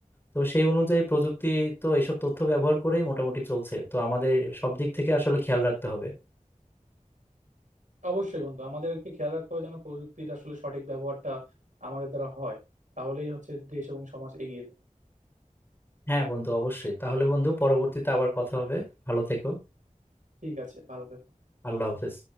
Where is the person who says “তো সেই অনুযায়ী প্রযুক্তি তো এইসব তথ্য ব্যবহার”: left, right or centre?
Left